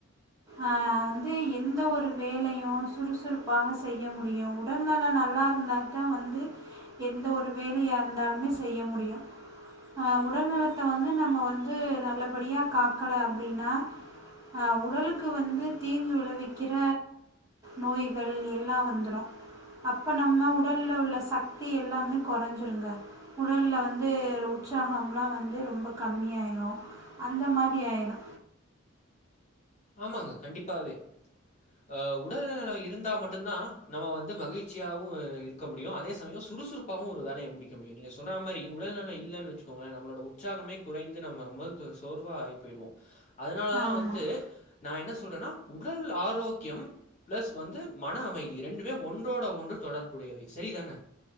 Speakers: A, on the right; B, on the left.
A: அ அது வந்து எந்த ஒரு வேலயு சுறுசுறுப்பாக செய்ய முடியு உடல்நலம் நல்லா இருந்தா தா வந்து எந்த ஒரு வேலயா இருந்தாலுமே செய்ய முடியு ஆ உடல்நலத்த வந்து நம்ம வந்து நல்லபடியா காக்கல அப்டின்னா ஆ உடலுக் க்கு வந்து தீங்கு விளைவிக்கிற நோய்கள் எல்லா வந்துரு அப்ப நம்ம உடல்ல உள்ள சக்தி எல்லாமே குறஞ்சிருங்க உடல்ல வந்து உற்சாகம் எல்லா வந்து ரொம்ப கம்மியாயிரு அந்த மாரி ஆயிரு
B: ஆமாங்க கண்டிப்பாவே அ உடல் நலம் இருந்தா மட்டுந்தா நம்ம வந்து மகிழ்ச்சியாவு இருக் இருக்க முடியு அதே சமயோ சுறுசுறுப்பாவு ஒரு வேலைய முடிக்க முடியு நீங்க சொல்ற மாரி உடல்நல இல்லனு வச்சு நம்மளோட உற்சாகமே குறைந்து நம்ம ரொம்ப சோர்வா ஆகி போயிடுவோ அதனால தா
A: ஆமாம்
B: வந்து நா என்ன சொல்றேன்னா உடல் ஆரோக்கியம் ப்ளஸ் வந்து மன அமைதி ரெண்டுமே ஒன்றோட ஒன்று தொடர்புடையவை சேரி தான